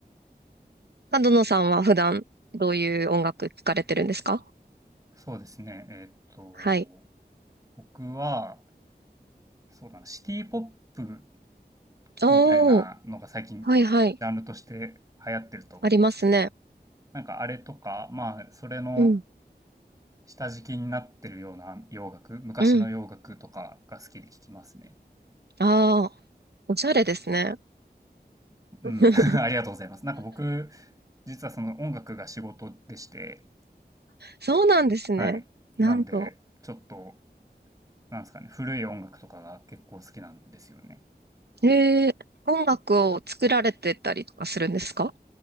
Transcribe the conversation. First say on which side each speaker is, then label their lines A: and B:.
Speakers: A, on the right; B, on the right.
A: 角野さんは普段どういう音楽聴かれてるんですか
B: そうですね。えーっと、
A: はい。
B: 僕は、そうだな、シティポップ
A: おー、
B: みたいなのが最近、
A: はいはい。
B: ジャンルとして流行ってると思うんですけど、
A: ありますね。
B: なんかあれとか、まあ、それの、
A: うん。
B: 下敷きになってるような洋楽、昔の洋楽とかが好きで聞きますね。
A: うん。ああ、おしゃれですね。
B: うん、
A: <laughs>
B: <laughs> ありがとうございます。なんか僕、実はその音楽が仕事でして、
A: そうなんですね。
B: はい。
A: なんと。
B: なんで、ちょっと、なんですかね、古い音楽とかが結構好きなんですよね。
A: えー、音楽を作られてたりとかするんですか